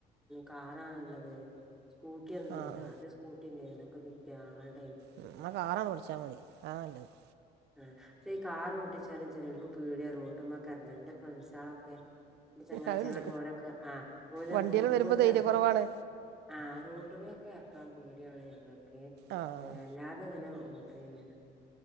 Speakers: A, in the centre; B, on the right.
A: കാറാണുള്ളത് സ്കൂട്ടി ഒന്നുല്ല
B: ആ ആ
A: ആദ്യം സ്കൂട്ടിണ്ടേർന്നു അതൊക്കെ വിറ്റു ആങ്ങള വിറ്റ്
B: ഉം ന്നാ കാറാണ്ട് പഠിച്ചാൽ മതി അതാ നല്ലത്
A: ആ ഇപ്പം ഈ കാർ ഓട്ടിച്ചാലും ചെലോൽക്ക് പേടിയാ റോട്ടുമെക്കെറങ്ങാന് ഫ്രണ്ട്സളൊക്കെ ഇൻ്റെ ചെങ്ങാഴ്ചെളൊക്കെ
B: അതുണ്ട്
A: ഓരോക്കെ ആ ഓല്
B: വണ്ടിയെല്ലാം
A: റോട്ടുമെക്കെറ
B: വരുമ്പോ ധൈര്യ കുറവാണ്
A: ആ റോട്ട്മെക്ക് എറക്കാൻ പേടിയാണ് ഞങ്ങൾക്ക്
B: ആഹ്
A: <unintelligible> അല്ലാതെങ്ങനെ പിന്നെ